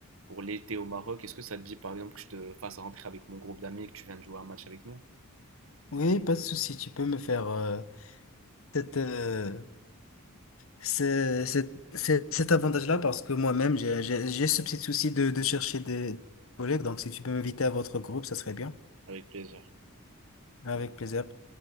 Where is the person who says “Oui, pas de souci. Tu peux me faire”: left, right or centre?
Left